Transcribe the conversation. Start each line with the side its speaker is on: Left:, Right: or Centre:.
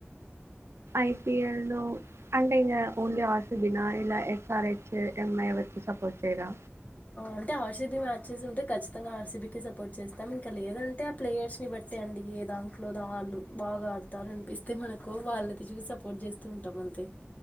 Right: ఐపీఎల్ లో అంటే ఓన్లీ ఇగా ఆర్ సి బి న ఎస్ఆర్ హెచ్ ఎంఐ ఎవరికి సపోర్ట్ చేయర
Left: అంటే ఆర్సీబీ మ్యాచెస్ ఉంటే ఖచ్చితంగా ఆర్సీబీకి సపోర్ట్ చేస్తాం ఇంకా లేదంటే ఆ ప్లేయర్స్ని బట్టి అండి ఏ దాంట్లో ద వాళ్ళు బాగా ఆడతారు అనిపిస్తే మనకు వాళ్ళ తీసి సపోర్ట్ చేస్తూ ఉంటాం అంతే